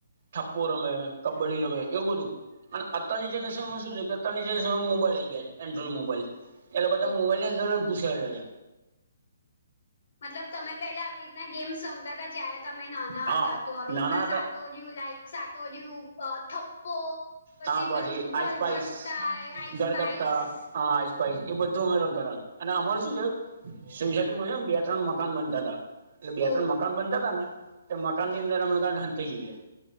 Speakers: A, on the right; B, on the left.
A: ઠપ્પો રમે કબ્ડી રમે એવું બધું. અને અની જનરેશનમાં શું છે કેની જરેશનમાં મોબાઈલ આવી ગયાાય એન્ડ્રોડ મોબાઈલ. એટલે બધા
B: ઓકે
A: મોબાઈલની અંદર જ ઘુસેે છે.
B: મતલબ તમે પેલા આવી રીતના ગેમ્સ જમતા હતા જ્યારે તમે નાના
A: હા
B: હતા તો આવી
A: નાના
B: રીતના સા.
A: હતા
B: સાતો દું લાઈક સાતોો દું થપ્પો. પછી
A: હા બરી
B: પેલું ઘરઘથ્થા
A: આઈસપઇસ
B: આઈસ
A: ગરગત્તા
B: પાઈસ
A: હા. એ બધું અમે રમતા હતા અને અમાર શું છે સસ બે ત્રણ મકાન બનતા હતા. એટલે બે
B: ઓ
A: ત્રણ મકાન બનતા હતાા ને તો મકાન ની અંદર હમ હતા જઈએ.